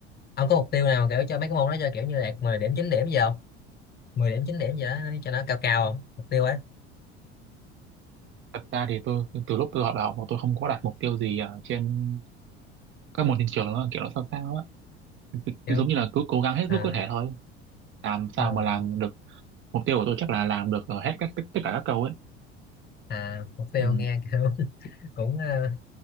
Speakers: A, on the left; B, on the right.
A: ông có mục tiêu nào kiểu cho mấy cái môn đó cho kiểu như đạt 10 điểm 9 điểm gì không mười điểm 9 điểm gì đó cho nó cao cao không mục tiêu ấy
B: thật ra thì tôi từ lúc tôi học đại học mà tôi không có đặt mục tiêu gì ở trên các môn trên trường nữa kiểu nó sao sao á Cứ-
A: kiểu
B: cứ giống như là cứ cố gắng hết
A: à,
B: lúc có thể thôi làm
A: à,
B: sao mà làm được mục tiêu của tôi chắc là làm được ờ, hết các tất, tất cả các câu ấy
A: à, mục tiêu
B: ừ.
A: nghe kiểu <laughs> cũng ờ,